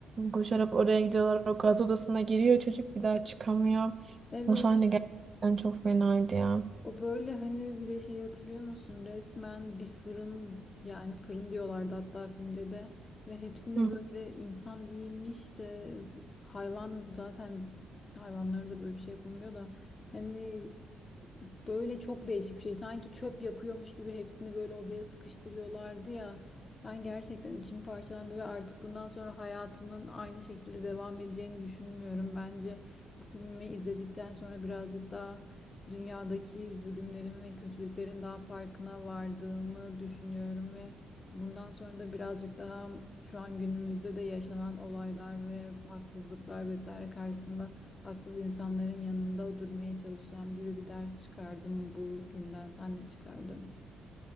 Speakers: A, on the right (about 40°); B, on the left (about 35°).
A: Koşarak oraya gidiyorlar. O gaz odasına giriyor çocuk bir daha çıkamıyor.
B: Evet,
A: O sahne gerçekten çok fenaydı ya.
B: o böyle hani bir de şey hatırlıyor musun? Resmen bir fırın yani fırın diyorlardı hatta filmde de ve hepsinde
A: Hı.
B: böyle insan değilmiş de hayvan zaten hayvanlara da böyle bir şey yapılmıyor da hani böyle çok değişik bir şey. Sanki çöp yakıyormuş gibi hepsini böyle odaya sıkıştırıyorlardı ya. Ben gerçekten içim parçalandı ve artık bundan sonra hayatımın aynı şekilde devam edeceğini düşünmüyorum. Bence bu filmi izledikten sonra birazcık daha dünyadaki zulümlerin ve kötülüklerin daha farkına vardığımı düşünüyorum ve Bundan sonra da birazcık daha şu an günümüzde de yaşanan olaylar ve haksızlıklar vesaire karşısında haksız insanların yanında durmaya çalışacağım gibi bir ders çıkardım bu filmden. Sen ne çıkardın?